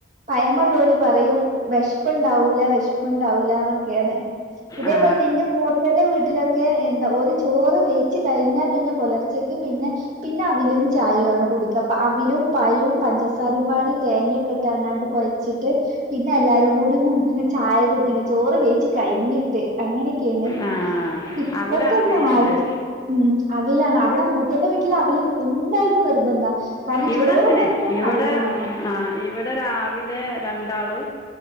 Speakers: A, on the right; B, on the left.
A: പയമള്ളോൽ പറയും. വിഷ്പുണ്ടാവൂല വിഷ്പുണ്ടാവൂലന്നൊക്കെയന്ന ഇതേപോലൽന്നെ
B: ആ
A: എന്റെ മൂത്തന്റെ വീട്ടിലൊക്കെ എന്താ ഒരു ചോറ് വെയിച്ച് കഴിഞ്ഞാ പിന്നെ പുലർ ച്ചക്ക് പിന്നെ പിന്നെ അവിലും ചായയുആണ് കുടിക്കപ്പ. അവിലും പയും പഞ്ചസാരും പാടി തേങ്ങൊക്കെ ഇട്ട് ആണണ്ട് കൊയ് ച്ചിട്ട് പിന്നെ എല്ലാരും കൂടി മൂന്ന് ചായ കുടിക്ണ് ചോറ് വെയിച്ച് കഴിഞ്ഞിട്ട്. അങ്ങനെയൊക്കെയാണ്.
B: ആ
A: ഇപ്പത്തൊന്നാരും
B: അവലാണ് മെയിൻ അല്ലേ
A: ഉം അവിലാണ്. അവിടെ മൂത്തന്റെ വീട്ടിൽ അവിൽ എന്തായാലും നിർബന്ധ. കാരണം
B: ഇവിടെ
A: ചോറും
B: അങ്ങനെയാ
A: വെക്കും
B: ഇവിടെ
A: അവിലും വേണം.
B: ആ ഇവിടെ രാവിലെ രണ്ടാളും